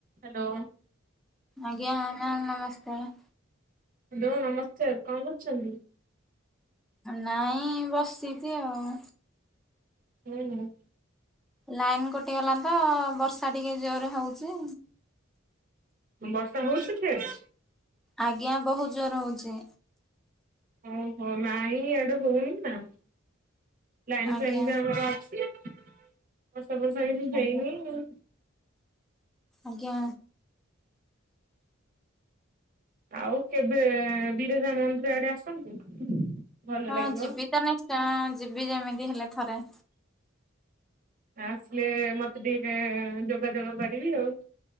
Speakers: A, on the right; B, in the centre.
A: Hello.
B: ଆଜ୍ଞା ma'am ନମସ୍କାର।
A: Hello ନମସ୍କାର କଣ କରୁଚନ୍ତି?
B: ନାଇଁ ବସିଚି ଆଉ
A: ହୁଁ ହୁଁ।
B: ଲାଇନ୍ କଟି ଗଲା ତ ବର୍ଷା ଟିକେ ଜୋରେ ହଉଚି।
A: ବର୍ଷା ହଉଚି ସିଆଡେ?
B: ଆଜ୍ଞା ବହୁତ୍ ଜୋରେ ହଉଚି।
A: ଓହୋ ନାଇଁ ଇଆଡ଼େ ହଉନି ନାଁ। ଲାଇନ୍
B: ଆଜ୍ଞା
A: ଫାଇନ୍ ବି ଆମର ଅଛି ବର୍ଷା ଫର୍ଷା କିଛି
B: ଆଜ୍ଞା
A: ହେଇନି ଆଉ।
B: ଆଜ୍ଞା।
A: ଆଉ କେବେ ବିରଜା ମନ୍ଦିର ଆଡ଼େ ଆସନ୍ତୁ। ଭଲ
B: ହଁ
A: ଲାଗିବ
B: ଯିବି ତ ନେ ଯିବି ଯେମିତି ହେଲେ ଥରେ।
A: ଆସିଲେ ମତେ ଟିକେ ଯୋଗା ଯୋଗ କରିବି ଆଉ